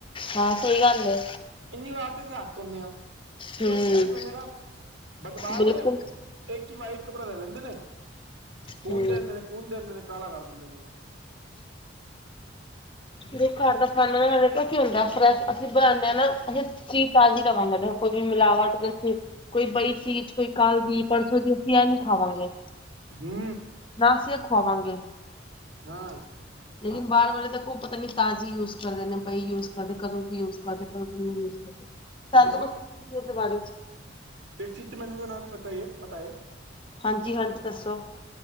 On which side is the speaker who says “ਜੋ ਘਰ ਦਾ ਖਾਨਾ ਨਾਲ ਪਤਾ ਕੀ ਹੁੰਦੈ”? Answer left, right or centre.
Left